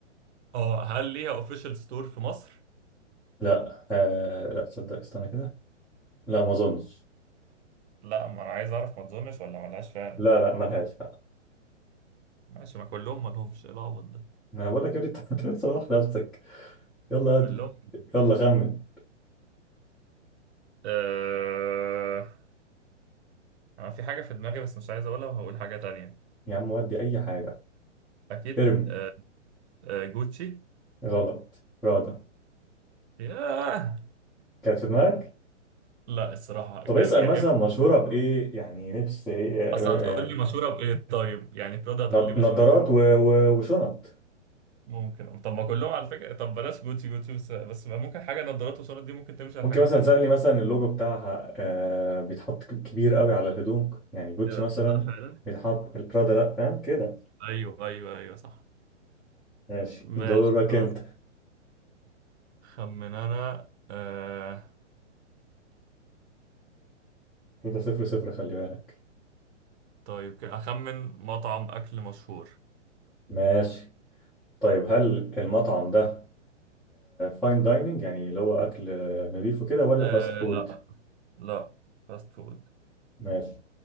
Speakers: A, on the right (about 60°); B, in the centre.
A: آه، هل ليها اوفيشال ستور في مصر؟
B: لا آه لا تصدق استنى كده لا ما اظنش
A: لا ما انا عايز اعرف ما تظنش ولا ما لهاش فعلا
B: لا لا ملهاش لا
A: ماشي ما كلهم ما لهمش ايه العبط ده
B: انا بقول لك يا ابني انت <laughs> أنت بتسوح نفسك يلا هد.
A: كلهم ما لهمش.
B: يلا خمن
A: أه... انا في حاجة في دماغي بس مش عايز اقولها وهقول حاجة تانية
B: يا عم ودي اي حاجه
A: اكيد
B: ارمي
A: أه... أه... جوتشي
B: غلط راضة
A: ياه
B: كانت في دماغك
A: لا الصراحة
B: طب
A: كان
B: اسال
A: يا
B: مثلا
A: اما
B: مشهوره بايه يعني لبس ايه آه،
A: اصل هتقول
B: آه،
A: لي مشهورة بايه طيب يعني برادا هتقول
B: نض-
A: لي مشهورة
B: نضارات
A: بايه
B: و- و- وشنط
A: ممكن طب ما كلهم على فكرة طب بلاش جوتي جوتي بس بس ما ممكن حاجة نظارات وشارات دي ممكن تمشي على
B: ممكن
A: حاجات
B: مثلا
A: تانية
B: تسالني مثلا اللوجو بتاعها آه بيتحط ك- كبير قوي على الهدوم يعني جوتشي
A: ايه ده
B: مثلا
A: تصدق فعلا
B: بيتحط راضة لا فاهم كده
A: ايوه ايوه ايوه صح
B: ماشي دورك
A: ماشي خلاص
B: انت
A: خمن انا آه...
B: كده صفر صفر خلي بالك
A: طيب كده اخمن مطعم اكل مشهور
B: ماشي طيب هل المطعم ده فاين دايننج يعني اللي هو أكل آه، نضيف وكده ولا
A: آه...
B: فاست
A: لا
B: فود
A: لا فاست فود
B: ماشي